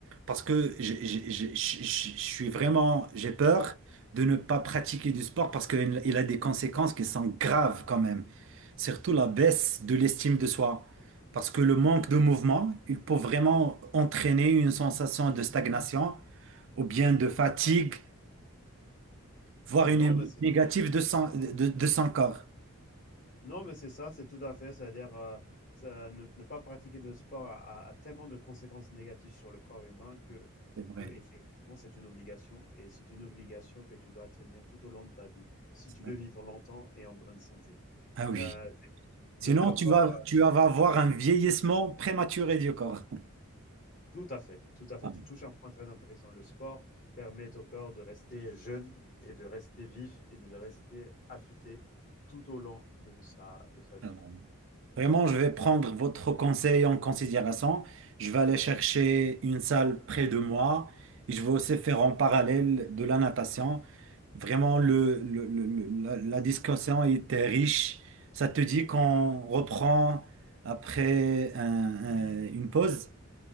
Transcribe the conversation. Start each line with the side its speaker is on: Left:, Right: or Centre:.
Right: Parce que je, je- je- je- je- je suis vraiment, j'ai peur de ne pas pratiquer du sport parce qu'il il a des conséquences qui sont graves quand même. Surtout la baisse de l'estime de soi. Parce que le manque de mouvement, il peut vraiment entraîner une sensation de stagnation ou bien de fatigue, voire une
Left: Non,
Right: émotion
Left: mais c'est
Right: négative de son, de, de son corps.
Left: Non, mais c'est ça, c'est tout à fait. C'est-à-dire euh, ça- ne, ne pas pratiquer de sport a, a- a tellement de conséquences négatives sur le corps humain que,
Right: C'est vrai.
Left: que effectivement, c'est une obligation et c'est une obligation que tu dois tenir tout au long de ta vie si
Right: C'est
Left: tu
Right: vrai.
Left: veux vivre longtemps et en bonne santé.
Right: Ah oui.
Left: Euh, c'est- le,
Right: Sinon,
Left: le
Right: tu
Left: corps,
Right: vas,
Left: euh,
Right: tu vas avoir un vieillissement prématuré du corps.
Left: tout à fait, tout à fait.
Right: Ah,
Left: Tu touches un point très intéressant. Le sport permet au corps de rester jeune et de rester vif et de le rester affûté tout au long de sa, de sa vie.
Right: alors, Vraiment, je vais prendre votre conseil en considération. Je vais aller chercher une salle près de moi et je vais aussi faire en parallèle de la natation. Vraiment, le, le- le- le- la, la discussion était riche. Ça te dit qu'on reprend après un- un- une pause?